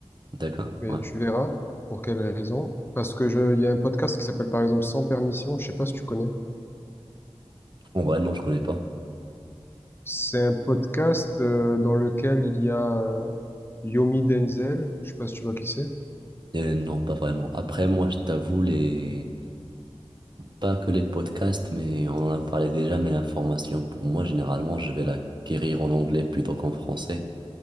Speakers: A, on the right; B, on the left.
A: D'accord,
B: mais
A: ouais.
B: tu verras pour quelles raisons. Parce que je, il y a un podcast qui s'appelle par exemple Sans permission. Je sais pas si tu connais.
A: En vrai, non, je connais pas.
B: C'est un podcast euh, dans lequel il y a euh, Yomi Denzel. Je sais pas si tu vois qui c'est.
A: Euh, non, pas vraiment. Après, moi, je t'avoue, les... Pas que les podcasts, mais on en a parlé déjà, mais l'information, pour moi, généralement, je vais l'acquérir en anglais plutôt qu'en français.